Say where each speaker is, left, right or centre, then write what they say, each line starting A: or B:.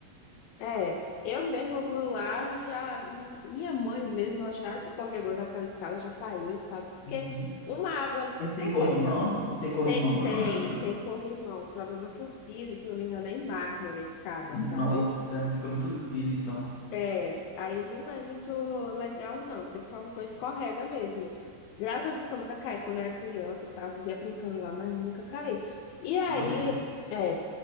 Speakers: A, on the left; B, on the left.
A: É, eu mesma vou lá, já, minha mãe mesmo, ela já escorregou daquela escada, já caiu, sabe? Porque
B: Uhum.
A: uma água ali se
B: É
A: escorrega.
B: sem corrimão? Não tem corrimão,
A: Tem,
B: não,
A: tem,
B: naquilo?
A: tem corrimão. O problema é que o piso, se não me engano, é em mármore a escada,
B: Nossa,
A: sabe?
B: é- fica muito liso, então.
A: É, aí não é muito legal, não. Você qualquer coisa escorrega mesmo. Graças a Deus que eu nunca caí. Quando eu era criança, eu tava vivia brincando lá, mas nunca caí. E aí,
B: Amém.
A: é,